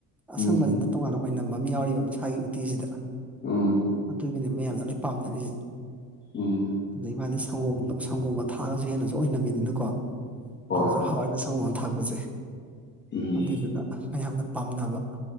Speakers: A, on the left (about 25°); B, in the centre.
A: ꯎꯝ
B: ꯑꯁꯪꯕꯁꯤꯅ ꯇꯣꯉꯥꯟꯅ ꯑꯣꯏꯅꯝꯕ ꯑꯃ ꯌꯥꯎꯔꯤꯕ ꯃꯁꯥꯒꯤ ꯎꯇꯤꯁꯤꯗ
A: ꯎꯝ
B: ꯑꯗꯨꯒꯤꯅꯦ ꯃꯌꯥꯝꯅ ꯂꯣꯏ ꯄꯥꯝꯅꯔꯤꯖꯤ
A: ꯎꯝ
B: ꯑꯗꯩ ꯃꯥꯗꯤ ꯁꯪꯒꯣꯝ ꯁꯪꯒꯣꯝꯒ ꯊꯥꯛꯑꯒꯁꯨ ꯍꯦꯟꯅꯁꯨ ꯑꯣꯏꯅꯝꯃꯤꯗꯅꯀꯣ
A: ꯍꯣꯏ
B: ꯍꯥꯎꯖꯨ ꯍꯥꯎ ꯍꯥꯎꯋꯥꯏꯕ ꯁꯒꯣꯜ ꯊꯥꯛꯄꯁꯦ
A: ꯎꯝ
B: ꯑꯗꯨꯏꯗꯨꯅ ꯃꯌꯥꯝꯅ ꯄꯥꯝꯅꯕ